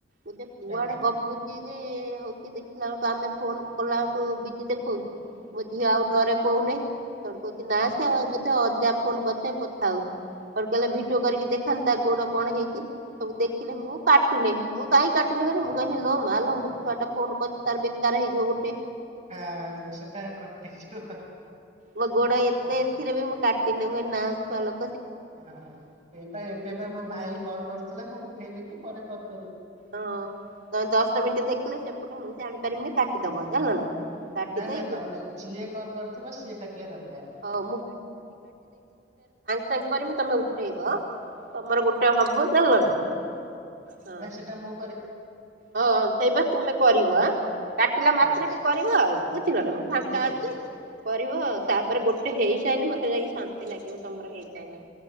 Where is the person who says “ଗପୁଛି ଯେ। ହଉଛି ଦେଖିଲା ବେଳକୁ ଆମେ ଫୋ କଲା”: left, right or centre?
Right